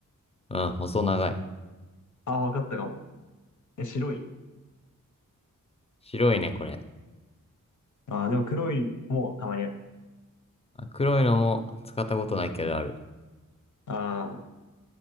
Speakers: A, on the left (about 20°); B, on the left (about 65°).
A: うん、細長い。
B: あ、わかったかも。え、白い。
A: 白いね、これ。
B: あ、でも黒いもたまにある。
A: あ黒いのも使ったことないけどある。
B: あ